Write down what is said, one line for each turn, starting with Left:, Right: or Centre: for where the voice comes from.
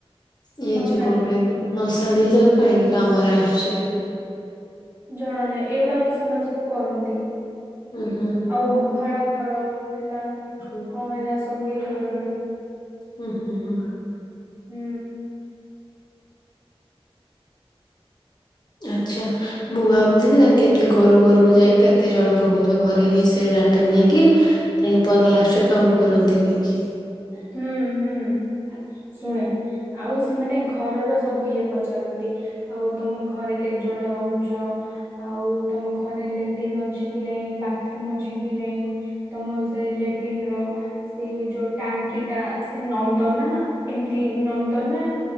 Left: ଏଇ
Right: ମଶାଣି
Left: ଯେ କଣ କହିବେ ମସାଣି ଯାଉ କାହିଁକି କାମରେ ଆସୁଛି।
Right: ଜଣା ନାହିଁ ଏଇଗୁଡାକ ସେମାନେ ସବୁ କରନ୍ତି
Left: ହୁଁ ହୁଁ
Right: ଆଉ ଗୁହାଳ ଘର। ହେଲା
Left: ହୁଁ
Right: କଣ ହେଲା ସବୁ ଇଏ କରନ୍ତି।
Left: ହୁଁ ହୁଁ ହୁଁ।
Right: ହୁଁ।
Left: ଆଚ୍ଛା ମୁଁ ଭାବୁଥିଲି ତା ଘରୁ ଘରକୁ ଯାଇ କେତେ ଜଣ ରହୁଛ ଘରେ ଇଏ ସେ ଡାଟା ନେଇକି ତାଙ୍କେ ପରେ ଲାଷ୍ଟରେ କାଉଣ୍ଟ କରନ୍ତି କହିକି।
Right: ହୁଁ ହୁଁ। ଶୁଣେ ଆଉ ସେମାନେ ଘରର ସବୁ ଇଏ ପଚାରନ୍ତି ଆଉ ତମ ଘରେ କେ କେତ ଜଣ ରହୁଚ଼ ଆଉ ତମ ଘରେ ଲେଟିନ୍ ଅଛି କି ନାଇଁ ବାଥରୁମ ଅଛି କି ନେ ଇଁ ତମ ସେ ଲେଟିନ୍ ର ସେ ଯୋ ଟାଙ୍କି ଟା ସେ ନନ୍ଦ ନା ଏମିତି ନନ୍ଦ ନା